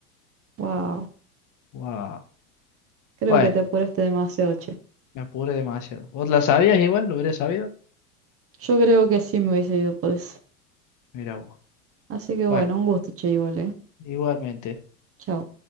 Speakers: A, on the right; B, on the left.
A: Wow,
B: Wow.
A: creo
B: Bueno,
A: que te apuraste demasiado, che.
B: me apuré demasiado. ¿Vos la sabías igual? ¿Lo hubiera sabido?
A: Yo creo que sí me hubiese ido por eso.
B: Mira vos.
A: Así que bueno,
B: Bueno,
A: un gusto, che, igual, ¿eh?
B: igualmente.
A: Chao.